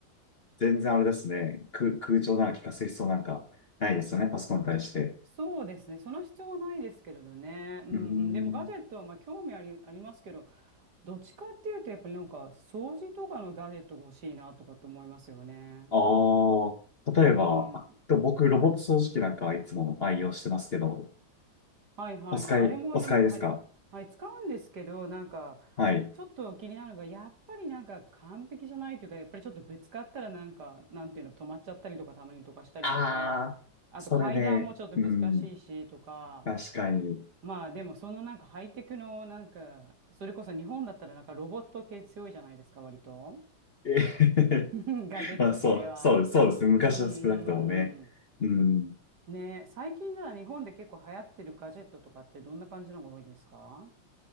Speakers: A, on the left; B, on the right.
A: 全然あれですね。空、空調なんか聞かせる必要なんかないですよね、パソコンに対して。
B: そうですね。その必要はないですけれどね。うんうん。
A: うーん。
B: でもガジェットはまあ興味あり、ありますけど、どっちかっていうとやっぱりなんか掃除とかのガジェットが欲しいなとかと思いますよね。
A: ああ、例えば、
B: うん。
A: あでも僕、ロボット掃除機なんかいつも愛用してますけど、
B: はいはいはい。
A: お使い、
B: あれもいい。
A: お使いですか
B: はい。はい。使うんですけど、なんか
A: はい。
B: ちょっと気になるのが、やっぱりなんか完璧じゃないというか、やっぱりちょっとぶつかったらなんか、なんていうの、止まっちゃったりとか、たまにとかしたりとか、
A: ああ、
B: あと階段もちょっと難しいしとか、
A: それね、うん、確かに。
B: まあでもそのなんかハイテクのなんか、それこそ日本だったらなんかロボット系強いじゃないですか、割と。
A: えへへへ
B: <laughs> ガジェット系は。
A: まあ、そう、そうです、そうですね。昔は少なくともね。
B: うんうん。
A: うん。
B: ね、最近では日本で結構流行ってるガジェットとかってどんな感じのが多いですか